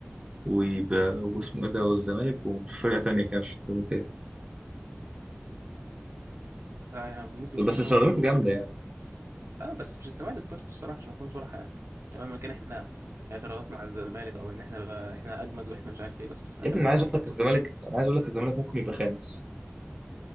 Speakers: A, on the right (about 20°); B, on the right (about 70°).
A: ويبقى واسمه إيه ده والزمالك وفرقة تانية كده مش فاكر مين تاني
B: لا يعني بنسبة كبيرة
A: بس سيراميكا
B: هو
A: جامدة يعني
B: اه بس مش الزمالك برضه الصراحة عشان نكون صراحة يعني يعني مهما كان احنا اعتراضاتنا على الزمالك او ان احنا بقى احنا اجمد واحنا مش عارف ايه بس في الاخر
A: يا ابني
B: الزمالك
A: أنا عايز
B: برضه
A: أقول لك الزمالك أنا عايز أقول لك الزمالك ممكن يبقى خامس